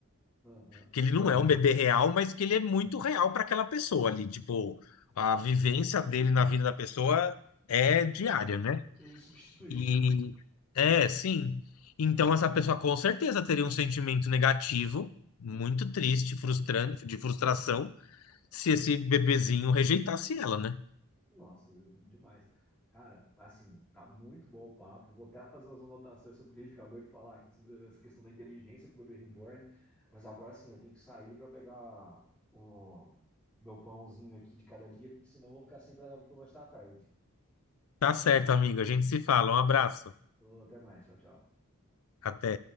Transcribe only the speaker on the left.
Que ele não é um bebê real, mas que ele é muito real para aquela pessoa ali. Tipo, a vivência dele na vida da pessoa é diária, né?
E é, sim. Então, essa pessoa com certeza teria um sentimento negativo, muito triste, frustrante, de frustração, se esse bebezinho rejeitasse ela, né?
Tá certo, amigo. A gente se fala. Um abraço.
Até.